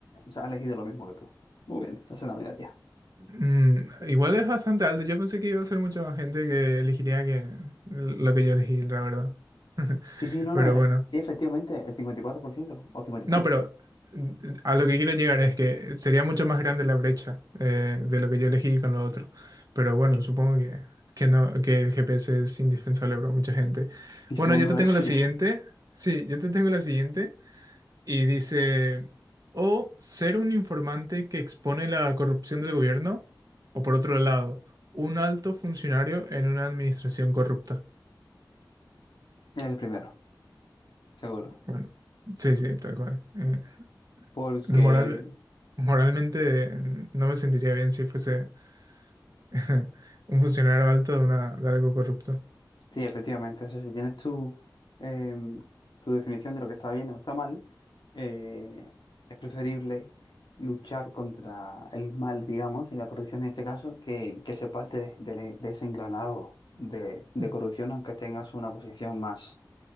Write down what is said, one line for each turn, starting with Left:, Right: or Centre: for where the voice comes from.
Left: o ha elegido lo mismo que tú. Muy bien, esa es la mayoría.
Right: Mm, igual es bastante alto. Yo pensé que iba a ser mucha más gente que elegiría que lo que yo elegí, la verdad. <laughs>
Left: Sí, sí, no,
Right: Pero
Left: no, eh,
Right: bueno.
Left: sí, efectivamente, el 54% o 55%.
Right: No, pero mm, a lo que quiero llegar es que sería mucho más grande la brecha eh, de lo que yo elegí con lo otro. Pero bueno,
Left: <laughs>
Right: supongo que, que no, que el GPS es indispensable para mucha gente.
Left: y supongo
Right: Bueno, yo te tengo
Left: que sí,
Right: la siguiente.
Left: es
Right: Sí, yo te tengo la siguiente. Y dice, o ser un informante que expone la corrupción del gobierno, o por otro lado, un alto funcionario en una administración corrupta.
Left: el primero, seguro.
Right: Bueno, sí, sí, tal cual. Eh,
Left: Porque...
Right: Moral, moralmente mm, no me sentiría bien si fuese <laughs> un funcionario alto de, una, de algo corrupto.
Left: Sí, efectivamente. O sea, si tienes tu, em, tu definición de lo que está bien o está mal, eh, es preferible luchar contra el mal, digamos, y la corrupción en este caso, que, que ser parte de, de ese engranado de, de
Right: Mm.
Left: corrupción, aunque tengas una posición más,